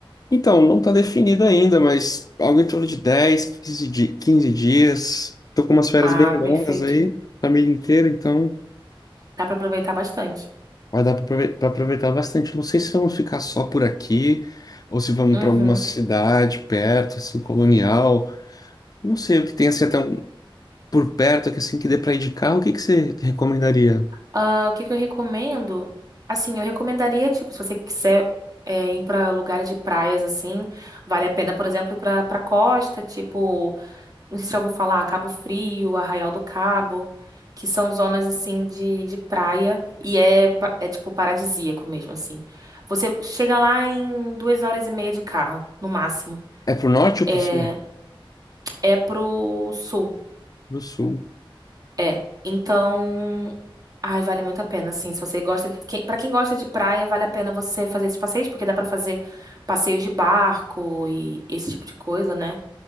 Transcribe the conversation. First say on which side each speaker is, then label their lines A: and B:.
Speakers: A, on the left; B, on the right.
A: Então, não está definido ainda, mas algo em torno de 10, quinze di- 15 dias. Tô com umas férias
B: Ah,
A: bem longas
B: perfeito.
A: aí, família inteira, então
B: Dá pra aproveitar bastante.
A: vai dar para aproveitar bastante. Não sei se vamos ficar só por aqui ou se vamos
B: Uhum.
A: para alguma cidade perto, assim, colonial. Não sei o que tem assim até um, por perto, que assim que dê para ir de carro, o que que você recomendaria?
B: Ah, o que que eu recomendo? Assim, eu recomendaria, tipo, se você quiser é, ir pra lugares de praias, assim, vale a pena, por exemplo, ir pra, pra costa, tipo. Não sei se já ouviu falar, Cabo Frio, Arraial do Cabo, que são zonas assim de, de praia e é, ba- é tipo paradisíaco mesmo, assim. Você chega lá em duas horas e meia de carro, no máximo.
A: É pro norte ou
B: É,
A: pro sul?
B: é pro sul.
A: Pro sul.
B: É. Então. Ai, vale muito a pena, assim. Se você gosta. De... Quem... Para quem gosta de praia, vale a pena você fazer esses passeios, porque dá pra fazer passeios de barco e esse tipo de coisa, né?